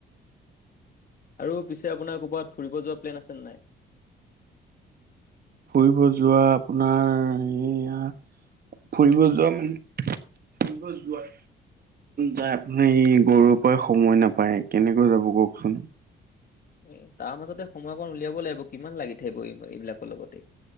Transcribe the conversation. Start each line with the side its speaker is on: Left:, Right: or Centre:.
Left: আৰু পিছে আপোনাৰ ক'ৰবাত ফুৰিব যোৱা প্লেন আছেনে নাই।
Right: ফুৰিব যোৱা আপোনাৰ এইয়া। ফুৰিব যোৱা মানে ফুৰিব যোৱা। যায় আপোনাৰ এই গৰুৰ পৰা সময় নাপায় কেনেকৈ যাব কওকচোন।
Left: এ তাৰ মাজতে সময় অকণ উলিয়াব লাগিব কিমান লাগি থাকিব এই এইবিলাকৰ লগতে।